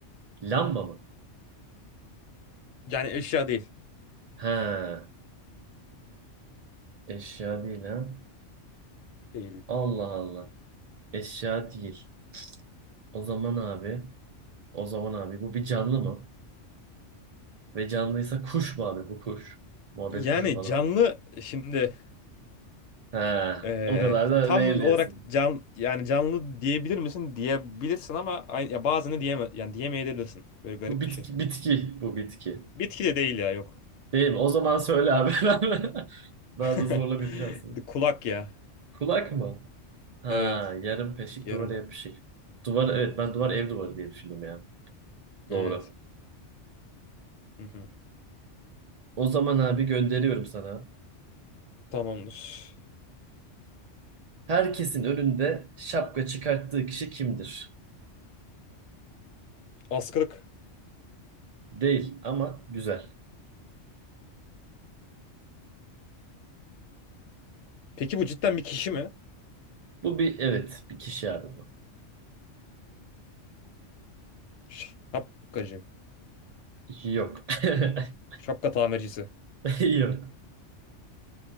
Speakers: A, on the right; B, on the left.
A: Lamba mı?
B: Yani eşya değil.
A: Ha. Eşya değil ha.
B: Değil.
A: Allah Allah. Eşya değil. O zaman abi, o zaman abi bu bir canlı mı? Ve canlıysa kuş mu abi bu kuş? Muhabbet
B: Yani
A: kuşu falan.
B: canlı şimdi
A: Ha.
B: eee,
A: O kadar da
B: tam
A: değil diyorsun.
B: olarak can yani canlı diyebilir misin? Diyebilirsin ama ay- ya bazını diyeme yani diyemeyebilirsin. Böyle garip
A: Bu bitki,
B: bir şey.
A: bitki. Bu bitki.
B: Bitki de değil ya yok.
A: Değil mi? O zaman söyle abi. <laughs> Daha
B: <laughs>
A: da zorla bir şey şansını.
B: Kulak ya.
A: Kulak mı? Ha,
B: Evet.
A: yarım kaşık
B: Yarım.
A: duvara
B: ku-
A: yapışık. Duvar evet ben duvar ev duvarı diye düşündüm ya. Doğru.
B: Evet. Hı hı.
A: O zaman abi gönderiyorum sana.
B: Tamamdır.
A: Herkesin önünde şapka çıkarttığı kişi kimdir?
B: Askılık.
A: Değil ama güzel.
B: Peki bu cidden bir kişi mi?
A: Bu bir evet bir kişi abi bu.
B: Şapkacı.
A: yok. <laughs>
B: Şapka tamircisi.
A: Yok.